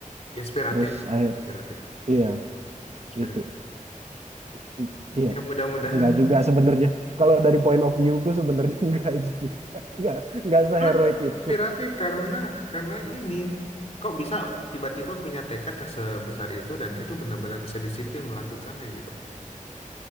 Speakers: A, on the left; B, on the right.
A: Inspiratif,
B: Terus akhir
A: inspiratif,
B: iya
A: inspiratif.
B: itu I- i- iya
A: Ya mudah-mudahan
B: nggak juga sebenarnya. Kalau dari point of view ku sebenarnya <laughs> nggak juga nggak nggak seheroik
A: sebenarnya
B: itu.
A: inspiratif karena karena ini kok bisa tiba-tiba punya tekad yang sebesar itu dan itu benar-benar bisa disiplin melakukannya gitu.